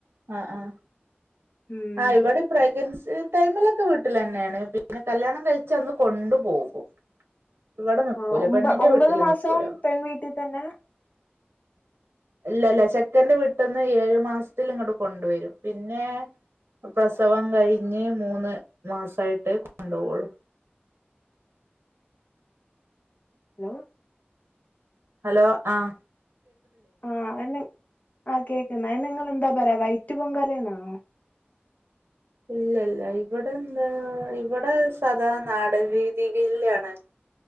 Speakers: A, on the right; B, on the left.
A: ആഹ ആഹ
B: ഉം
A: ആഹ ഇവിടെ പ്രഗന്സ് ടൈമിലൊക്കെ വീട്ടിലന്നെയാണ് പിന്നെ കല്യാണം കഴിച്ച അന്ന് കൊണ്ടു പോകും. ഇവിടെ നിക്കൂല
B: ആഹ ഒമ്പ
A: പെണ്ണിന്റെ
B: ഒമ്പത്
A: വീട്ടില്
B: മാസം
A: നിക്കൂല
B: പെൺ വീട്ടി തന്നെ
A: ഇല്ലല്ല ചെക്കന്റെ വീട്ടന്ന് ഏഴു മാസത്തില് ഇങ്ങട് കൊണ്ടുവരും പിന്നെ പ്രസവം കഴിഞ്ഞ് മൂന്ന് മാസായിട്ട് കൊണ്ടുപോവുള്ളു
B: ലോ
A: ഹലോ ആഹ
B: ആഹ എന്നെ ആ കേക്കുന്ന ന്നെ നിങ്ങൾ എൻ ന്താ പറയാ വൈറ്റ് പൊങ്കാലന്നാനോ
A: ഇല്ലല്ല ഇവിടെ എന്താ ഇവിടെ സാദാ നാടൻ രീതിയിൽ ആണ്